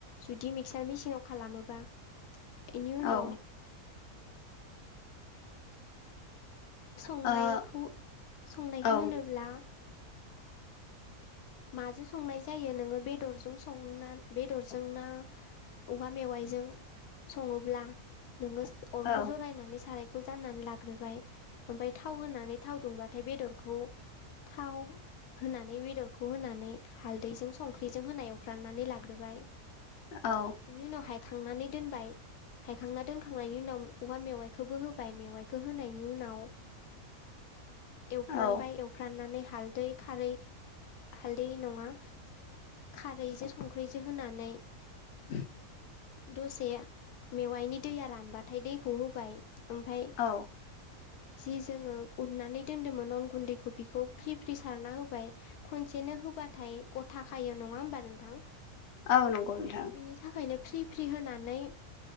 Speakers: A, on the left (about 85°); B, on the left (about 55°).
A: जुदि मिक्सार मेचिनाव खालामोबा इनि
B: औ
A: उनाव
B: ओ
A: संनायखौ
B: औ
A: संनायखौ
B: औ
A: होनोब्ला माजों संनाय जायो नोङो बेदरजों संना बेदरजों ना औवा मेवाइजों सङोब्ला नोङो अरखौ
B: औ
A: जरायनानै सारायखौ जाननानै लाग्रोबाय ओमफफ्राय थाव होनानै थाव दुंबा नाथाय बेदरखौ थाव होनानै बेदर खौ होनानै हालदैजों संख्रिजों होनायाववफ्राननानै लाग्रोबाय
B: औ
A: बेनि उनावहाय खांनानै दोनबाय हायखांना दोनखांनायनि उनाव औवा मेवाइखौबो होबाय मेवाइखौ होनायनि उनाव
B: <inaudible>
A: एवफ्रानबाय
B: औ
A: एवफ्राननानै हालदै खारै हालदै नङा खारैजों संख्रैजों होनानै
B: <inaudible>
A: दसे मेवाइनि दैया रानबाथाय दैखौ होबाय ओमफाय
B: औ
A: जि जोङो उनानै दोन्दोंमोन अन गुन्दैखौ बिखौ फ्रि फ्रि सारना होबाय खनसेनो होबाथाय गथा खायो नङा होमबा नोंथां
B: औ नंगौ नोंथां
A: बिनि थाखायनो फ्रि फ्रि होनानै